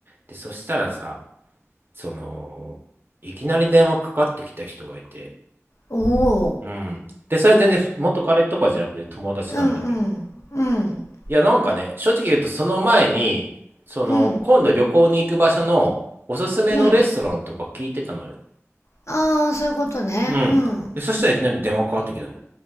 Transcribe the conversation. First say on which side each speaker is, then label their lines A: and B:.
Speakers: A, on the right; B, on the left.
A: で、そしたらさ、その、いきなり電話かかってきた人がいて、
B: おお。
A: うん。で、それは全然元彼とかじゃなくて友達なんだけど。
B: うんうんうん。
A: いや、なんかね、正直言うとその前に、その、
B: うん。
A: 今度旅行に行く場所のおすすめのレストランとか聞いてたのよ。
B: うん。ああー、そういうことね。
A: うん。
B: うん。
A: で、そしたらいきなり電話かかってきたの。い